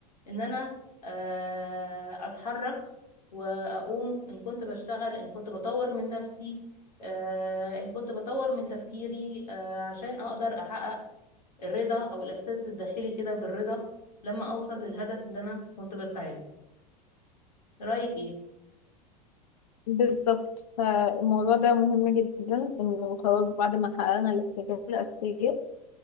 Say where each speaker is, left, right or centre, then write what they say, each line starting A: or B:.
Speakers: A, on the left; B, on the left.
A: إن أنا آه، أتحرك وأقوم إن كنت بشتغل إن كنت بطور من نفسي آه، إن كنت بطور من تفكيري آه، عشان أقدر أحقق الرضا أو الإحساس الداخلي كده بالرضا لما أوصل للهدف اللي أنا كنت بسعى له رأيك إيه؟
B: بالظبط فالموضوع ده مهم جدا انه خلاص بعد ما حققنا الاحتياجات الأساسية